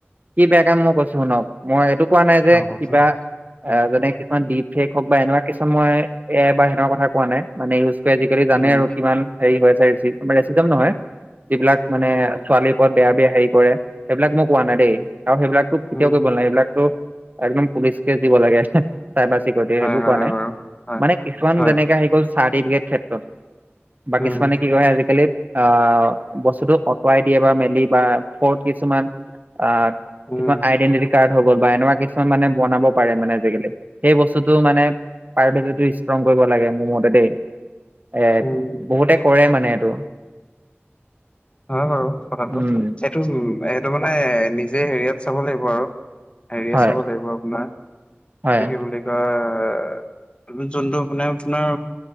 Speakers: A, on the right; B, on the left.
A: কি বেয়াকাম মই কৈছোঁ শুনক। মই এইটো কোৱা নাই যে
B: অ কওকচোন
A: কিবা
B: উম
A: এ যেনে কিছুমান দ্বীপ ফেক হওঁক বা এনেকুৱা কিছুমান মই এ বা হেনেকোৱা কথা কোৱা নাই মানে ইউজ টো আজিকালি জানে
B: উম
A: আৰু কিমান। হেৰি হৈ আছে, ৰেছিজম নহয় যিবিলাক
B: উম
A: মানে ছোৱালীৰ ওপৰত বেয়া বেয়া হেৰি কৰে। সেইবিলাক মই কোৱা নাই দেই কাৰণ সেইবিলাক টো কেতিয়াও
B: উম
A: কৰিব নালাগে সেইবিলাকটো একদম পুলিচ কেছ দিব লাগে। চাইবাৰ চিকিউৰিটি
B: হয়
A: সেইবোৰ
B: হয়
A: কোৱা
B: হয়
A: নাই,
B: বাৰু
A: মানে কিছুমান
B: হয়
A: যেনেকে
B: হয়
A: আহি গ'ল চাৰ্টিফিকেট ক্ষেত্ৰত বা
B: উম
A: কিছুমানে। কি হয় আজিকালি অ, বস্তুতটো অতঁৰাই দিয়ে বা মেলি বা পৰ্ট কিছুমান আ'
B: উম
A: কিছুমান আইদেন্তিতি কাৰ্ড হৈ গ'ল বা এনেকুৱা কিছুমান মানে বনাব পাৰে মানে আজিকালি সেই বস্তুতটো মানে প্ৰাইভেচী টো ষ্ট্ৰং কৰিব লাগে মোৰ মতে দেই। এ,
B: উম
A: বহুতে কৰে মানে এইটো।
B: হয় বাৰু কথাটো
A: উম
B: এইটো উ সেইটো মানে নিজে হেৰিয়াত চাব লাগিব আৰু হেৰিয়ে
A: হয়
B: চাব লাগিব আপোনাৰ এইটো
A: হয়
B: কি বুলি কয় যোনটো মানে আপোনাৰ